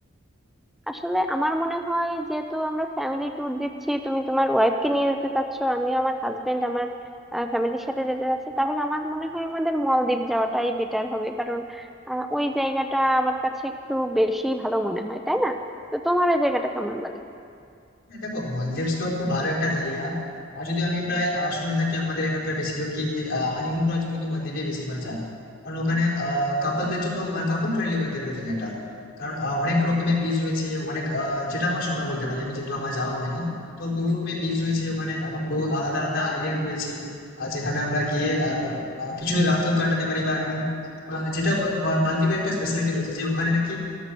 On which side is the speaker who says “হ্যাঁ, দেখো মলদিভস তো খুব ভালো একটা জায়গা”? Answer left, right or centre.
Left